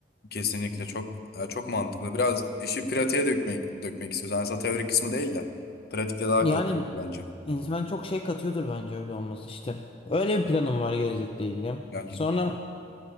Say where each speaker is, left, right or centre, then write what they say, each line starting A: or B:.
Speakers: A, on the left; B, on the left.
A: Kesinlikle çok ya çok mantıklı. Biraz işi pratiğe dökmek dökmek istiyoruz. Yani aslında teori kısmı değil de pratikte daha
B: Yani
A: kalkın bence.
B: insan çok şey katıyordur bence öyle olması işte. Öyle bir planım var gelecekle ilgili.
A: Yani,
B: Sonra